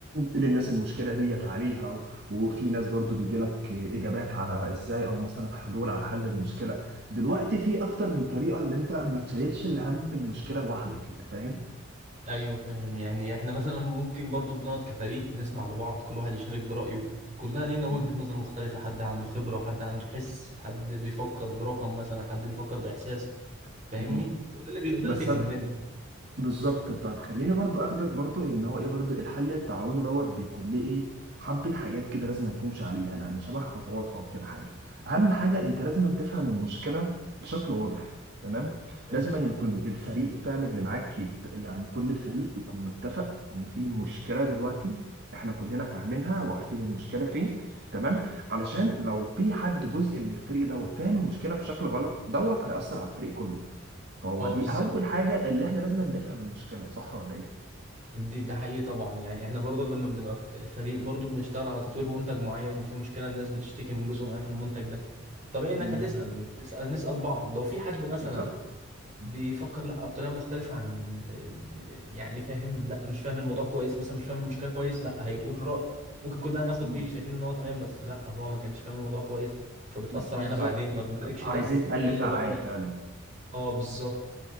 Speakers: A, on the right (about 50°); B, on the right (about 35°).
A: للناس المشكله ديت عليها و- وفي ناس برضو بيجي لك اجابات على ازاي او مثلا حلول على حل المشكله دلوقتي في اكتر من طريقه اللي انت ما تشيلش الهم من المشكله لوحدك انت فاهم
B: ايوه فاهم يعني احنا مثلا ممكن برضو بنقعد كفريق نسمع لبعض كل واحد يشارك برايه كلنا لينا
A: مم.
B: وجهة نظر مختلفة حد عنده خبرة وحد عنده حس حد بيفكر برقم مثلا حد بيفكر باحساس فاهمني
A: مم.
B: وده اللي بي... ده
A: بس
B: اللي بيكملنا
A: أنا- بالظبط طيب خليني برضو اخدك برضو ان هو ايه برضو الحل التعاوني دوت بيكون ليه ايه حبة حاجات كده لازم تمشي عليها يعني شبه خطوات او كده حاجة اهم حاجة
B: مم.
A: انت لازم تفهم المشكلة بشكل واضح تمام
B: فاهم.
A: لازم يكون الفريق فاهم اللي معاك يت- يعني كل الفريق يكون متفق ان في مشكلة دلوقتي احنا كلنا فاهمينها وعارفين المشكلة فين تمام علشان لو في حد جزء من الفريق دوت فاهم المشكلة بشكل غلط دوت هيأثر على الفريق كله فهو
B: اه
A: دي
B: بالظبط
A: اول حاجه اللي احنا لازم نفهم المشكله صح ولا ايه
B: دي ده حقيقي طبعا يعني احنا برضو لما بنبقى في فريق برضو بنشتغل على تطوير منتج معين وفي مشكلة الناس بتشتكي من جزء معين في المنتج ده طبيعي انك
A: مم.
B: هتسأل نسأل نسأل بعض لو في حد مثلا
A: بالظبط
B: بيفكر
A: مم.
B: لا بطريقة مختلفة عن يعني فاهم لا مش فاهم الموضوع كويس مثلا مش فاهم المشكلة كويس لا هيقول رأي ممكن كلنا ناخد
A: مم.
B: بيه شايفين ان هو تمام بس لا هو ما كانش فاهم الموضوع كويس فبتأثر
A: بالظبط
B: علينا بعدين ما بندركش
A: عايزين
B: ده
A: حل
B: الا
A: فعال
B: واحنا
A: فعلا
B: اه بالظبط